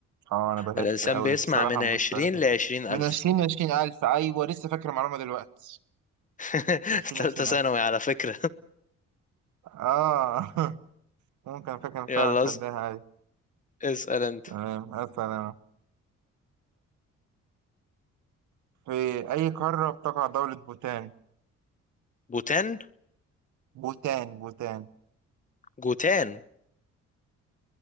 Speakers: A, on the right; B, on the left.
A: اه انا بلشت
B: الانسان
A: قوي
B: بيسمع
A: بصراحه
B: من
A: ما
B: عشرين
A: كنتش عارفها
B: لعشرين الف
A: من 20 ل 20000 ايوه لسه فاكر المعلومه دلوقتي
B: <laughs>
A: من 20
B: ثالثه
A: ل 20000
B: ثانوي على فكره
A: اه <laughs> ممكن
B: <laughs>
A: فاكر فعلا
B: يلا
A: خدناها
B: اس-
A: عادي
B: اسأل انت
A: تمام اصلا في أي قارة بتقع دولة بوتان
B: بوتان
A: بوتان بوتان
B: جوتان